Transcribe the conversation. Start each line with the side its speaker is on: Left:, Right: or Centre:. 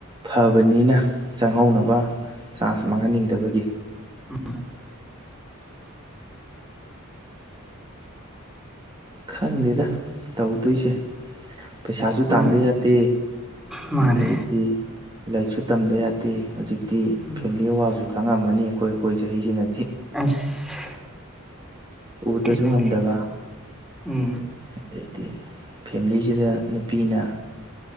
Right: ꯐꯕꯅꯤꯅ ꯆꯪꯍꯧꯅꯕ ꯆꯥꯟꯁ ꯃꯥꯡꯍꯟꯅꯤꯡꯗꯕꯒꯤ
Centre: ꯎꯝ
Right: ꯈꯪꯗꯦꯗ ꯇꯧꯗꯣꯏꯁꯦ ꯄꯩꯁꯥꯁꯨ
Centre: ꯎꯝ
Right: ꯇꯥꯟꯗ ꯌꯥꯗꯦ
Centre: ꯃꯥꯅꯦ
Right: ꯑꯗꯩꯗꯤ ꯂꯥꯏꯔꯤꯛꯁꯨ ꯇꯝꯗ ꯌꯥꯗꯦ ꯍꯧꯖꯤꯛꯇꯤ
Centre: ꯎꯝ
Right: ꯐꯦꯃꯤꯂꯤ ꯑꯋꯥꯕꯁꯨ ꯈꯪꯉꯝꯃꯅꯤ ꯑꯩꯈꯣꯏ ꯑꯩꯈꯣꯏ ꯆꯍꯤꯁꯤꯅ
Centre: ꯑꯁ
Right: ꯎꯗꯁꯨ
Centre: ꯀꯩꯅꯣꯅꯦ
Right: ꯉꯝꯗꯕ
Centre: ꯎꯝ
Right: ꯑꯗꯩꯗꯤ ꯐꯦꯃꯤꯂꯤꯁꯤꯗ ꯅꯨꯄꯤꯅ